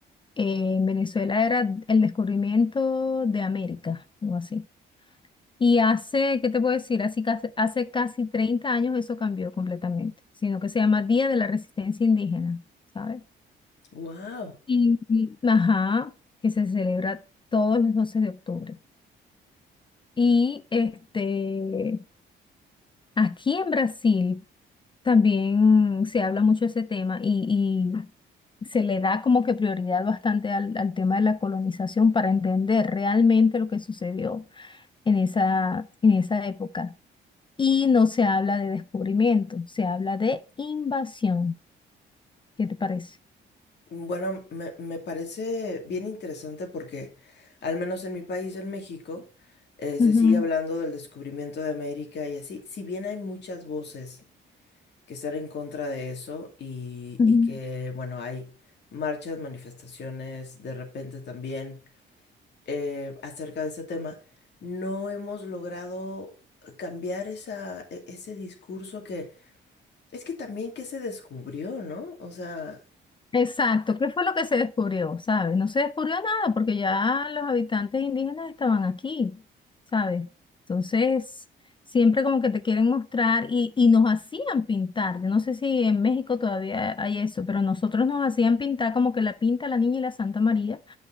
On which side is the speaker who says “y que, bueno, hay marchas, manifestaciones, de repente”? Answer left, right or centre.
Left